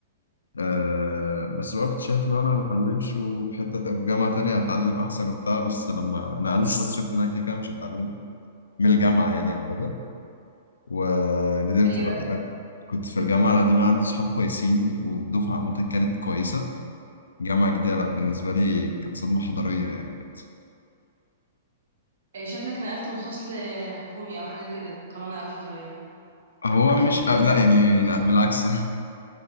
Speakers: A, on the left; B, on the right.
A: أه بس بقى كنت شايف لو أنا ما بتعلمش وفي حتة في جامعة تانية هتعلم أحسن وبتاع بس لما نقلت بس شفت إن أنا كده كده مش هتعلم من الجامعة يعني عامة وندمت
B: ايوه
A: بقى يعني أنا كنت في الجامعة القديمة عندي صحاب كويسين والدفعة عامة كانت كويسة جامعة جديدة لا بالنسبة لي كانت صدمة حضارية يعني كنت
B: إيه شكلك نقلت من فصل حكومي او حاجه كده طالما نقله حضاريه
A: هو مش أو لا يعني لا بالعكس